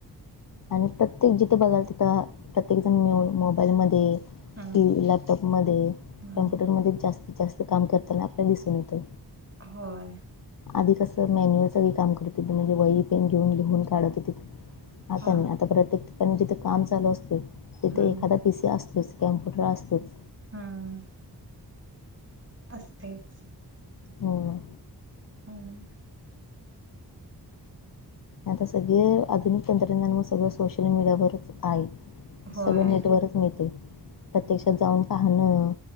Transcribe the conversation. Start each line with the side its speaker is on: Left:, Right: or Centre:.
Left: आणि प्रत्येक जिथे बघाल तिथं प्रत्येक जण म मोबाईलमध्ये
Right: हम्म
Left: टी लॅपटॉपमध्ये
Right: हम्म
Left: कम्प्युटरमध्येच जास्तीत जास्त काम करताना आपल्या दिसून येतय.
Right: होय.
Left: आधी कसं मॅन्युअल सगळी काम करत म्हणजे वय पेन घेऊन लिहून काढत होती आता
Right: हा
Left: नाही आता प्रत्येक ठिकाणी जिथे काम चालू असते तिथे
Right: हम्म
Left: एखादा पी सी असतोच. कॅम्प्युटर असतोच.
Right: हम. असतयच.
Left: होय.
Right: हम्म.
Left: आता सगळे आधुनिक तंत्रज्ञान मग सगळं सोशल मीडियावरच आहे.
Right: होय
Left: सगळ नेटवरच मिळतय प्रत्यक्षात जाऊन पाहणं